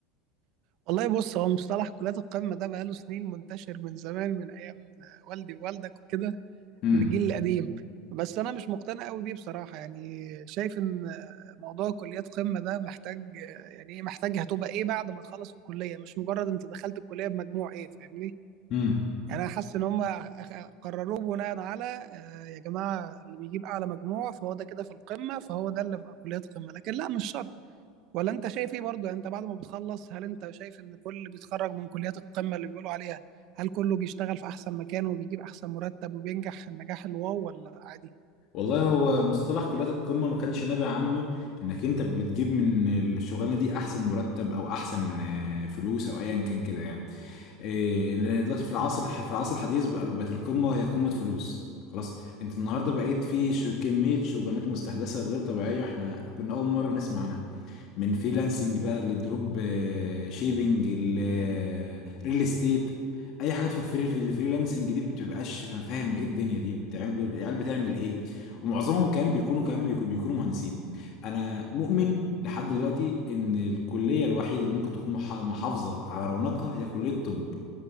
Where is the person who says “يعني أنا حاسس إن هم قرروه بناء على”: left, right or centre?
Right